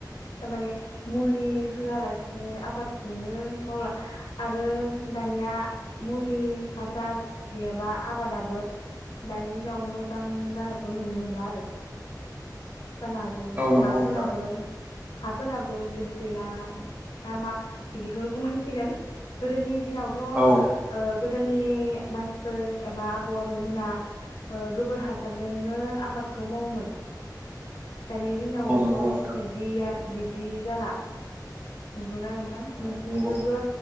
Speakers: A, on the left; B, on the right.
A: थारमाने मुलि होआलासिनो आबादखौनो मावला आरो दानिया मुलि हासार - गैयाबा आबादाबो दानि दिनाव मोजां जानायखौ नुनो मोनला आरो। जानो हागौ
B: औ
A: हाफोराबो-
B: नंगौ नोंथां
A: हाफोराबो जिब गैला ना मा बिदिखौनो बुंनांसिगोन गोदोनि दिनावथ‌ ओ
B: औ
A: गोदोनि मानसिफोर एबा आबौ आबैमोना गोबोर हासारजोंनो आबादखौ मावोमोन दानि दिनावथ‌'
B: औ नंगौ नोंथां
A: बिदिया बिब्दि जाला नोंगौना नों? थां
B: औ
A: नोंसिनिखौबो
B: नंगौ